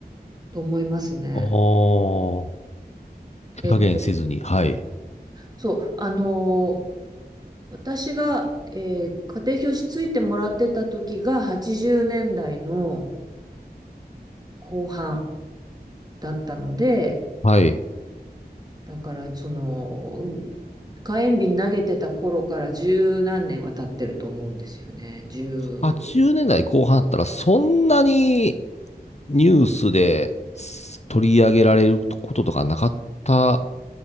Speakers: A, on the right; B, on the left.
A: と思いますね。
B: あー。
A: えっと、
B: 手加減せずに。はい。
A: そう、あの私が、えー家庭教師ついてもらってた時が80年代の後半だったので、
B: はい。
A: だからその、火炎瓶投げてた頃から十何年は経ってると思うんですよね。十、
B: 80年代後半だったらそんなにニュースです取り上げられることとかなかった